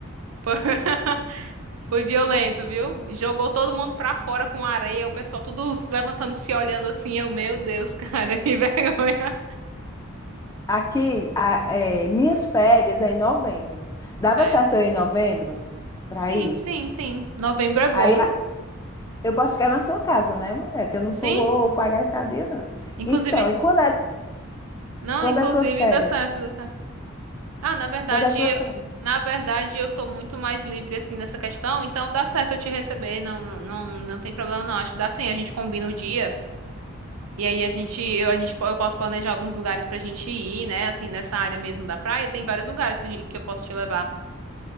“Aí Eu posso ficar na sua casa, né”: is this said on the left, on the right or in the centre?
Left